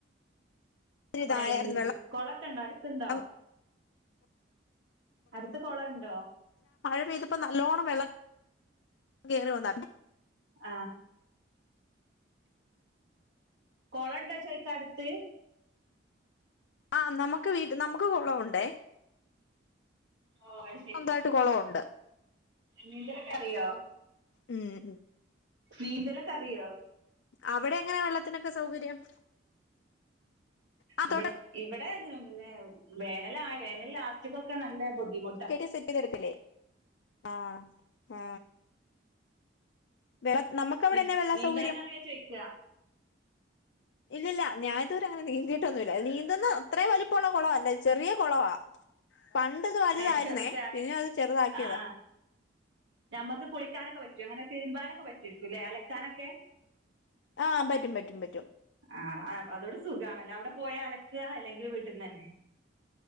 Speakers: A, on the right; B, on the left.
A: മഴ,
B: ഇതായിരുന്നു
A: കൊളമൊക്കെയുണ്ടോ? അടുത്തുണ്ടോ?
B: വെള്ളം
A: അടുത്തുകൊളമുണ്ടോ?
B: ഇപ്പമിതിപ്പോ, നല്ലോണ്ണം വെള്ളം കേറി വന്നായിരുന്നു.
A: ആ കൊളമുണ്ടോ ചോദിക്കടുത്ത്
B: ആ, നമുക്കുവീട്ടി നമുക്ക് കുളമുണ്ടേ..
A: ഓ അത് ശരി
B: സ്വന്തായിട്ട് കുളമുണ്ട്
A: നീന്തലൊക്കെ അറിയോ
B: ഉം..
A: നീന്തലൊക്കെയറിയോ
B: അവിടെങ്ങനാ വെള്ളത്തിനൊക്കെ സൗകര്യം. ആ
A: ഇവി,
B: തൊട്ട
A: ഇവിടെങ്ങനെ, പിന്നെ വേനലാ വേനലാക്കിയതൊക്കെയനല്ല ബുദ്ധിമുട്ട്
B: റെസീപ്പി തരത്തില്ലേ ആഹ്.. ആ... വേറെ, നമുക്കവിടെന്നാവെള്ള
A: നീ നീന്താൻ
B: സൗകര്യം.
A: അറിയോ ചോദിക്കുക
B: ഇല്ലില്ല. ഞാനിതുവരെ യങ്ങനെ നീ ന്തീട്ടൊന്നുമില്ല. നീന്തുന്ന അത്രേംവലിപ്പമുള്ള കുളമല്ല. ചെറിയ കുളവാ പണ്ടിതുവലുതായിരുന്നേ,
A: ഏ ചെറുത് അങ്ങ
B: പിന്നെയത് ചെറുതാക്കിയതാ.
A: ആ ആ ഞമ്മക്ക് കുളിക്കാനൊക്കെ പറ്റും അങ്ങനെ തിരുമ്പാനൊക്കെപറ്റുമായിരിക്കുമല്ലേ. അലക്കാനൊക്കെ.
B: ആഹ് പറ്റും പറ്റും പറ്റും
A: ആ, അതോട് സുഖമാണല്ലേ അവിടെ പോയലക്കുകയാണല്ലെങ്കിൽ വീട്ടീന്നു തന്നെ.